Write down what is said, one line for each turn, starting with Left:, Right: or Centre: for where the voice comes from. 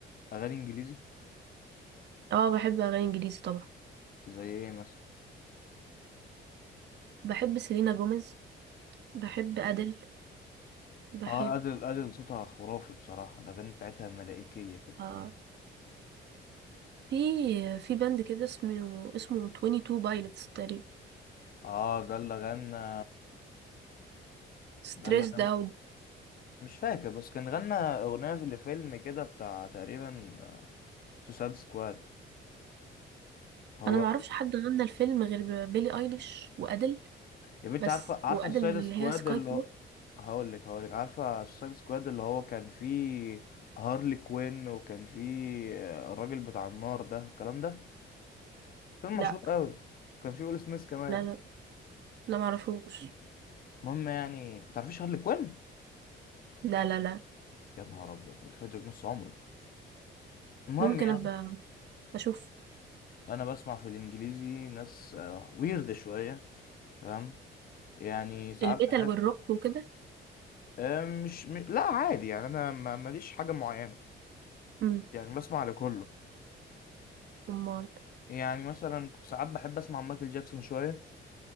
Left: أغاني إنجليزي
Right: اه بحب اغاني انجليزي طبعا
Left: زي إيه مثلا؟
Right: بحب سيلينا جوميز بحب ادل بحب
Left: آه أدل أدل صوتها خرافي بصراحة الأغاني بتاعتها ملائكية كده
Right: اه في في باند كده اسمه اسمه 22 بايلتس تقريبا
Left: آه ده اللي غنى
Right: ستريسد
Left: ده اللي غنى
Right: اوت
Left: مش فاكر بس كان غنى أغنية في الفيلم كده بتاع تقريبا سوسايد سكواد هو
Right: انا معرفش حد غنى الفيلم غير بيلي ايليش وادل
Left: يا بنتي
Right: بس
Left: عارفه عارفه
Right: وادل
Left: السوسايد
Right: اللي
Left: سكواد
Right: هي سكاي
Left: اللي هو هقول لك هقول لك عارفه السوسايد سكواد اللي هو كان فيه هارلي كوين وكان فيه آه، الراجل بتاع النار ده والكلام ده فيلم
Right: لا
Left: مشهور قوي كان فيه ويل سميث كمان
Right: لا لا لا معرفوش
Left: المهم يعني ما تعرفيش هارلي كوين
Right: لا لا لا
Left: يا نهار ابيض انت فاتك نص عمرك المهم
Right: ممكن
Left: يعني
Right: ابقى اشوف
Left: انا بسمع في الانجليزي ناس ويرد شويه تمام يعني ساعات
Right: الميتال
Left: بحب
Right: والروك وكده
Left: آه، مش م... لا عادي يعني انا ما- ماليش حاجه معينه
Right: امم
Left: يعني بسمع لكله
Right: امال
Left: يعني مثلا ساعات بحب اسمع مايكل جاكسون شويه